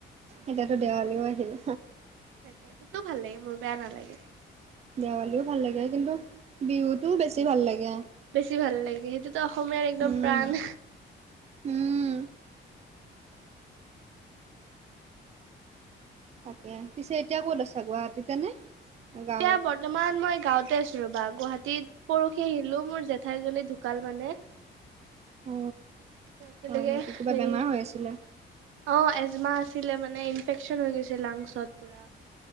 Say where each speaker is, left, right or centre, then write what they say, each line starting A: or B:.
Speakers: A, on the right; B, on the right.
A: এতিয়াতো দেৱালীও আহিলে
B: তাকে সেইটোও ভাল লাগে মোৰ বেয়া নালাগে
A: দেৱালীও ভাল লাগে কিন্তু বিহুতটোও বেছি ভাল লাগে
B: বেছি ভাল লাগে সেইটোতো অসমীয়াৰ একদম
A: উম।
B: প্ৰাণ
A: উম তাকে পিছে এতিয়া ক'ত আছা গুৱাহাটীতে নে গাঁৱত?
B: এতিয়া ব ৰ্তমান মই গাঁওঁতে আছিলো ৰবা গুৱাহাটীত পৰহি আহিলো মোৰ জেঠাইজনী ঢুকাল মানে
A: অ
B: একেলগে
A: হয় নেকি
B: হেৰি
A: কিবা বেমাৰ হৈ আছিলে
B: অ এজমা আছিলে মানে ইনফেকচন হৈ গৈছে লাংচত পৰা